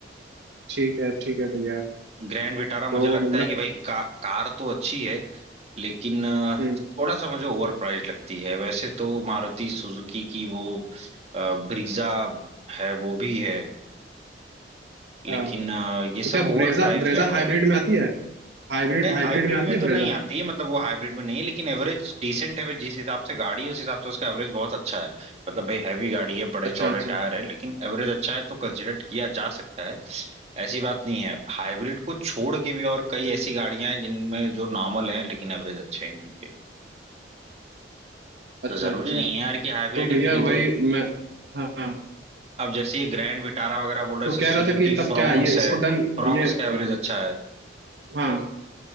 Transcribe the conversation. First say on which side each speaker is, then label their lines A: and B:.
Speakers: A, on the right (about 70°); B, on the right (about 35°).
A: ठीक है ठीक है भैया
B: हूँ ग्रैंड विटारा मुझे
A: तो
B: लगता
A: मतलब
B: है कि भाई का, कार तो अच्छी है लेकिन अ,
A: हम्म
B: थोड़ा सा मुझे ओवर प्राइस्ड लगती है वैसे तो मारुति सुजुकी की वो ब्रीजा है वो भी है लेकिन
A: हाँ
B: अ, ये सब
A: तो क्या ब्रेजा
B: ओवर प्राइस्ड
A: ब्रेजा
B: गाड़ियां
A: हाइब्रिड
B: लगती
A: में आती
B: हैं
A: है हाइब्रिड
B: नहीं
A: हाइब्रिड
B: हाइब्रिड
A: में आती
B: में
A: है
B: तो
A: ब्रेजा
B: नहीं आती है मतलब वो हाइब्रिड में नहीं है लेकिन एवरेज डिसेंट है जिस हिसाब से गाड़ी है उस हिसाब से उसका एवरेज बहुत अच्छा है मतलब भाई हैवी गाड़ी है बड़े
A: अच्छा
B: चौड़े
A: अच्छा
B: टायर है लेकिन एवरेज अच्छा है तो कंसिडर किया जा सकता है ऐसी बात नहीं है हाइब्रिड को छोड़ के भी और कई ऐसी गाड़ियां हैं जिनमें जो नॉर्मल हैं लेकिन एवरेज अच्छे हैं उनके
A: अच्छा
B: तो जरूरी
A: अच्छा
B: नहीं है यार कि हाइब्रिड
A: तो भैया
B: ही खरीदो
A: वही मैं हाँ
B: अब जैसे ये ग्रैंड विटारा वगैरह बोल रहे
A: तो
B: थे
A: कह
B: सुजुकी
A: रहा था कि तब
B: फ्रॉन्क्स
A: क्या ये इसको
B: है
A: डन
B: फ्रॉन्क्स
A: ये
B: का एवरेज अच्छा है
A: हाँ